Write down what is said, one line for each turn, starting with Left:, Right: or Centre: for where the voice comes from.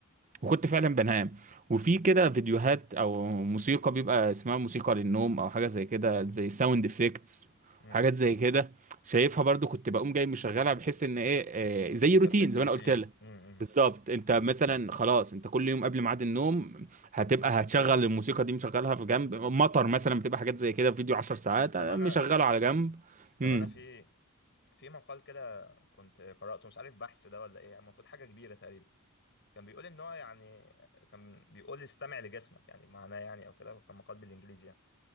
Right: وكنت فعلا بنام وفي كده فيديوهات او موسيقى بيبقى اسمها موسيقى للنوم او حاجه زي كده زي ساوند افكتس
Left: أمم.
Right: حاجات زي كده شايفها برضو كنت بقوم جاي مشغلها بحيث ان ايه آه، زي
Left: ثبت
Right: روتين زي
Left: روتين
Right: ما انا قلت لك
Left: أمم، أمم.
Right: بالظبط انت مثلا خلاص انت كل يوم قبل ميعاد النوم هتبقى هتشغل الموسيقى دي مشغلها في جنب مطر مثلا بتبقى حاجات زي كده فيديو 10 ساعات
Left: طب
Right: آه،
Left: انا
Right: مشغله على جنب
Left: طب
Right: امم
Left: انا في في مقال كده كنت قرأته مش عارف بحث ده ولا ايه المفروض حاجة كبيرة تقريبا كان بيقول ان هو يعني كان بيقول استمع لجسمك يعني معناه يعني او كده وكان مقال بالانجليزي يعني